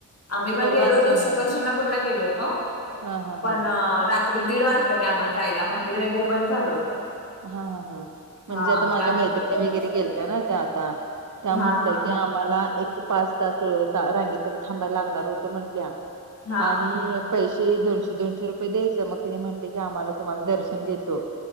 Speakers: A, on the left; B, on the right.
A: आम्ही
B: आता
A: पन
B: परवा
A: गेलो
B: आमचा
A: होतो. शिखर
B: हा
A: शिंगनापूरला गेलो होतो.
B: हा हा
A: पन
B: हा
A: रा त्री दीड वाजलेले आम्हाला जायला, मंदिर वगैरे बंद झालं होतं.
B: हां हां हां. म्हणजे
A: हा
B: आता माझ्या
A: त्या
B: मैत्रिणी वगैरे गेलत्या ना, त्या आता त्या
A: हां
B: म्हंटल्या
A: हां
B: की आम् मला एक पाच तास रांगेत थांबायला लागणार होतं म्हटल्या
A: हां
B: आणि पैशे दोनशे दोनशे रुपये द्यायचं, मग तिने म्हनले की आम्हाला तुम्हाला दर्शन देतो